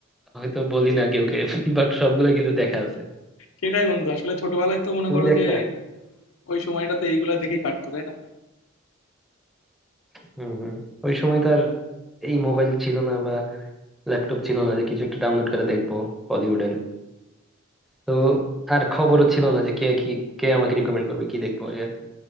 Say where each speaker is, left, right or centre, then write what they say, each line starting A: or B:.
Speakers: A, in the centre; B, on the left.
A: হয়তো বলি না কেউ কে বাট সবগুলাই কিন্তু দেখা আছে
B: সেটাই বন্ধু আসলে ছোটবেলায় তো মনে
A: তুমি
B: করো
A: দেখতা
B: যে ওই সময়টাতে এইগুলা দেখেই কাটতো তাই না
A: হম হম ওই সময় তো আর এই মোবাইল ছিল না বা ল্যাপটপ ছিল না যে কিছু একটা ডাউনলোড করে দেখবো বলিউডের তো আর খবরও ছিল না যে কে কি কে আমাকে রিকমেন্ড করবে কি দেখবো এই আর কি।